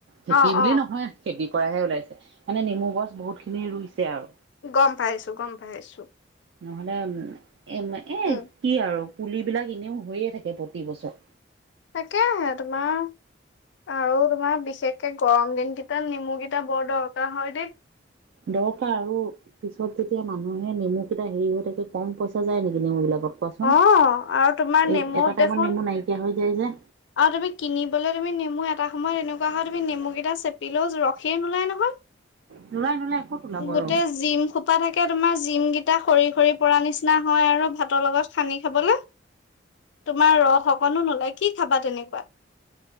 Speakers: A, on the right; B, on the left.
A: খেতি
B: অ
A: বুলি
B: অ
A: নহয় খেতি কৰাহে ওলাইছে মানে নেমু গছ বহুত খিনি ৰুইছে আৰু।
B: গম পাইছো- গম পাইছো।
A: নহ'লে এ -এ
B: উম
A: কি আৰু পুলিবিলাক এনেও হৈয়ে থাকে প্ৰতি বছৰ।
B: তাকে আহে তোমাৰ আৰু তোমাৰ বিশেষকে গৰম দিন কেইটাত নেমু কেইটা বৰ দৰকাৰ হয় দেই
A: দৰকাৰ আৰু পিছত যেতিয়া মানুহে নেমু কেইটা হেৰি হৈ থাকে কম পইচা যায় নেকি নেমু বিলাকত চোৱাচোন
B: অ আৰু তোমাৰ নেমুত
A: এই এটা টাইমত
B: দেখোন
A: নেমু নাইকিয়া হৈ যায় যে
B: আৰু তুমি কিনিবলৈ তুমি নেমু এটা সময়ত এনেকুৱা হয় তুমি নেমুকেইটা চেপিলেও ৰখে নোলাই নহয়।
A: নোলায়- নোলায় ক'ত ওলাব।
B: গোটেই
A: ৰ
B: জিম হোপা থাকে তোমাৰ জিম গিতা সৰি - সৰি পৰা নিচিনা হয় আৰু ভাতৰ লগত সানি খাব <unintelligible> তোমাৰ ৰস অকনো নোলায় কি খাবা তেনেকুৱা?